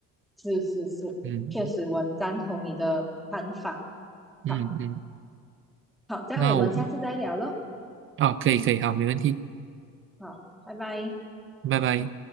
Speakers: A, in the centre; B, on the right.
A: 是是是，
B: 嗯
A: 确实我很赞同你的看法。
B: 嗯嗯，
A: 好，好，这样我们下次再聊喽。
B: 那我啊，可以可以，好，没问题，
A: 好，拜拜。
B: 拜拜。